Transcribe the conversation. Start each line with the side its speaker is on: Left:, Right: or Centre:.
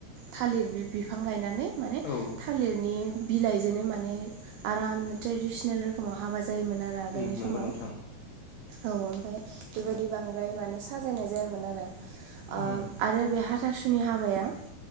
Right: थालिर बि बिफां गायनानै माने
Left: औ
Right: थालिरनि बिलाइजोंनो माने आरामनो ट्रेडिसनेल रोखोमाव हाबा जायोमोन आरो आगोलनि
Left: उम नंगौ
Right: समाव
Left: नोंथां
Right: औ ओमफ्राय बेबायदि बांद्राय माने साजायनाय जायामोन आरो
Left: उम
Right: ओ आरो बे हाथासुनि हाबाया